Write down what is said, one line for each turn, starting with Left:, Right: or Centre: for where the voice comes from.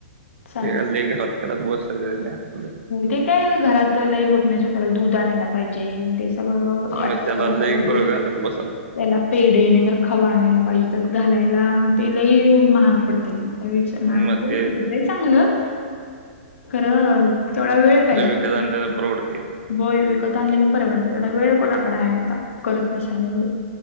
Left: चालते
Right: ते लई घरात करत बसायचंच नाही आपलं.
Left: ते काय घरात लय होत नाही सोड, त्याला दूध आणायला पाहिजे, दे ते बरोबर वाटायला
Right: मग त्याला लय
Left: पाहिजे.
Right: घोळ घालत बसायला
Left: त्याला पेढे नाही तर खवा आणायला पाहिजे, त्यात घालायला. ते लई महाग पडतंय मग. त्यापेक्षा
Right: लागतंय
Left: महागल
Right: मग ते
Left: होतय चांगलं, खरं थोडा वेळ. पाहिजे
Right: खरं विकत आणलेला
Left: <unintelligible>
Right: परवडतंय
Left: होय विकत आणलेलं परवडत तेवढा वेळ कोणाकडं आहे आता, करत बसायला एवढं.